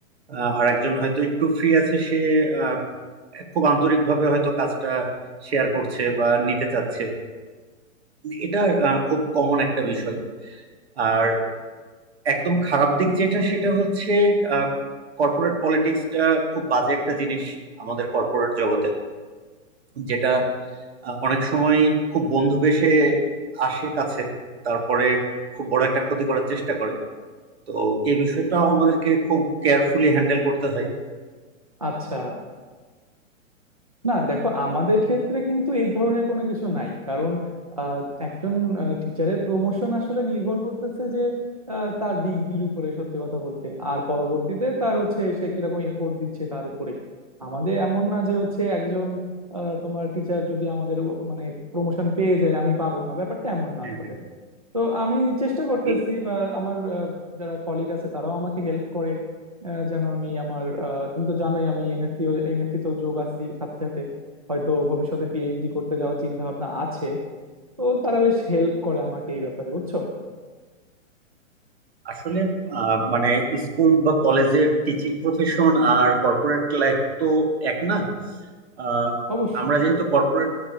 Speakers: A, on the right (about 50°); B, on the right (about 30°).
A: আহ, আর একজন হয়তো একটু ফ্রি আছে সে আহ, খুব আন্তরিকভাবে হয়তো কাজটা শেয়ার করছে বা নিতে চাচ্ছে এটা আহ, খুব কমন একটা বিষয় আর একদম খারাপ দিক যেটা সেটা হচ্ছে কর্পোরেট পলিটিক্সটা খুব বাজে একটা জিনিস আমাদের কর্পোরেট জগতে যেটা আহ, অনেক সময় খুব বন্ধু বেশে আসে কাছে তারপরে খুব বড় একটা ক্ষতি করার চেষ্টা করে তো এই বিষয়টা আমাদেরকে খুব কেয়ারফুলি হ্যান্ডেল করতে হয়
B: আচ্ছা না দেখো আমাদের ক্ষেত্রে কিন্তু এই ধরনের কোনো কিছু নাই কারণ আহ, একজন টিচারের প্রমোশন আসলে নির্ভর করতেছে যে আহ, তার ডিগ্রির উপরে সত্যি কথা বলতে আর পরবর্তীতে তার হচ্ছে সে কিরকম এফোর্ট দিচ্ছে তার উপরে আমাদের এমন না যে হচ্ছে একজন আহ, তোমার টিচার যদি আমাদের ও- মানে প্রমোশন পেয়ে যায় আমি পাবো না ব্যাপারটা এমন না
A: হুম
B: আসলে
A: হুম
B: তো আমি চেষ্টা করতেছি
A: এ-
B: বা আমার আহ, যারা কলিগ আছে তারাও আমাকে হেল্প করে আহ, যেন আমি আমার আহ, তুমি তো জানোই আমি এমএসসি এমএসসি তো যোগ আছি সাথে সাথে হয়তো ভবিষ্যতে পিএইচডি করতে যাওয়ার চিন্তা ভাবনা আছে তো তারা বেশ হেল্প করে আমাকে এই ব্যাপারে বুঝছো
A: আসলে আহ, মানে স্কুল বা কলেজের টিচিং প্রফেশন আর কর্পোরেট লাইফ তো এক না আহ,
B: অবশ্যই
A: আমরা যেহেতু কর্পোরেট